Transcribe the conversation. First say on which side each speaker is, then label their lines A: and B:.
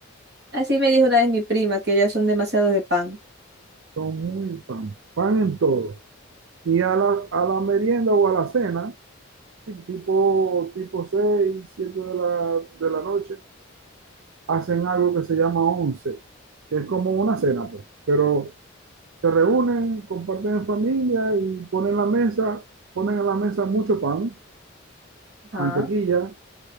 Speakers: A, on the right; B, on the right.
A: Así me dijo una vez mi prima, que ellas son demasiado de pan.
B: son muy pan, pan en todo. Y a la, a la merienda o a la cena, sí, tipo, tipo 6, 7 de la, de la noche, hacen algo que se llama 11, que es como una cena, pues. Pero se reúnen, comparten en familia y ponen la mesa, ponen en la mesa mucho pan,
A: Ajá.
B: mantequilla,